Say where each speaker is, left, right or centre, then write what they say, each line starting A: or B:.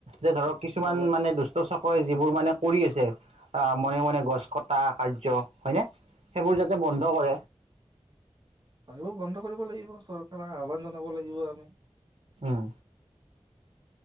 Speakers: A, on the right (about 80°); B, on the right (about 45°).
A: যে ধৰক কিছুমান
B: নালাগে
A: মানে দুষ্ট চকৰে যিবোৰ মানে । মানে কৰি আছে। অ মনে মনে গছ কটা কাৰ্য। হয়নে। সেইবোৰ যাতে বন্ধ কৰে।
B: পানীবোৰ বন্ধ কৰিব লাগিব ।চৰকাৰক আহ্বান জনাব লাগিব আমি।
A: অহ।